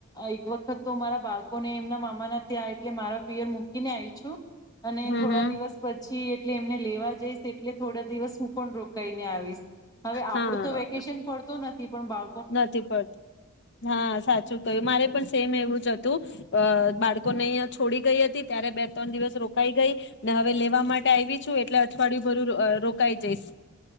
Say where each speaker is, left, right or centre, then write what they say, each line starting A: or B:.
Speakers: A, on the left (about 20°); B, on the left (about 55°).
A: એક વખત તો મારા બાળકોને એમના મામાના ત્યાં એટલે મારા પિયર મૂકીને આવી છું. અને
B: હમ
A: થોડા
B: હમ.
A: દિવસ પછી એટલે એમને લેવા જઈશ એટલે. થોડા દિવસ હું પણ રોકાઈ ને આવીશ. હવે આપડું
B: હા
A: તો વેકેશન પડતું નથી પણ બા
B: નથી પડતું હા સાચું કય્યું મારે પણ સેમ એવું. હતું બાળકોને અહીયા છોડી ગઈ હતી ત્યારે બે ત્રણ દિવસ રોકાઈ ગઈ ને હવે લેવા માટે આવી છું એટલે અઠવાડિયું ભરું રોકાઈ જઈશ.